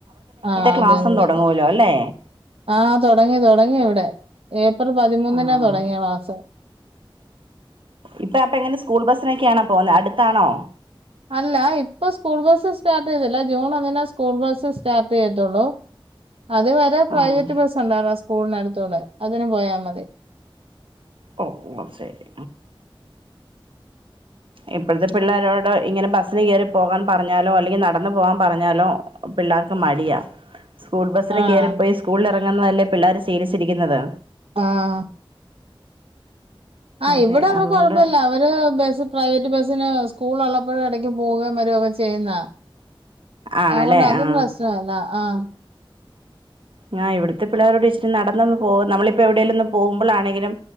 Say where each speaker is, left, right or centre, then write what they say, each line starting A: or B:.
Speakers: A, on the right (about 90°); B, on the right (about 65°).
A: ആഹ
B: ക്ലാസ്സും
A: അതെതെ
B: തുടങ്ങുവല്ലോ അല്ലേ
A: ആഹ തുടങ്ങി തുടങ്ങി ഇവിടെ ഏപ്രർ പതിമൂന്നിനന്
B: ആഹ്
A: തുടങ്ങിയ ക്ലാസ്
B: ഇപ്പൊ അപ്പൊ എങ്ങനെ സ്കൂൾ ബസിനൊക്കെയാണോ പോുന്നത് അടുത്താണോ
A: അല്ല ഇപ്പൊ സ്കൂൾ ബസ്സ് സ്റ്റാർട്ട് ചെയ്തില്ല ജൂൺ ഒന്നിനേ സ്കൂൾ ബസ്സ് സ്റ്റാർട്ട് ചെയ്യത്തുള്ളൂ അത് വരെ പ്രൈവറ്റ്
B: ആഹ്
A: ബസ് ഉണ്ടറോ സ്കൂളിനടുത്ത് ത്തോള അതിനന് പോയാ മതി
B: ഓ ഓ ശരി ഇപ്പോഴത്തെ പിള്ളോരോട് ഇങ്ങനെ ബസിന് കയറി പോകാൻ പറഞ്ഞാലോ അല്ലെങ്കിൽ നടന്നു പോവാാൻ പറഞ്ഞാലോ പിള്ളേർക്ക് മടിയാ സ്കൂൾ ബസിനന്
A: ആഹ്
B: കയറിപ്പോയി സ്കൂളിൽ ഇറങ്ങുന്നതല്ലേ പിള്ളോര് ശീലിച്ചിരിക്കുന്നത്
A: ആഹ് ആഹ്
B: അതെ
A: ഇവിടെ അവടെ
B: അതുകൊണ്ട്
A: കൊഴപ്പല്ല അവര് ബസ് പ്രൈവറ്റ് ബസ്സിന് സ്കൂൾ ഉള്ളപ്പോഴും ഇടക്ക് പോകൻ വരകയൊക്കെ ചെയ്യുന്നാ
B: ആണല്ലേ
A: അതുകൊണ്ട് അത്
B: ആ
A: പ്രശ്നമല്ല ആഹ
B: ഞാ ഇവിടെ <inaudible> പിള്ളേോ <inaudible> ഇച്ചി നടന്ന പോ നമ്മളിപ്പോ എവിടെേലുംും പോകുമ്പോൾാണെങ്കിലും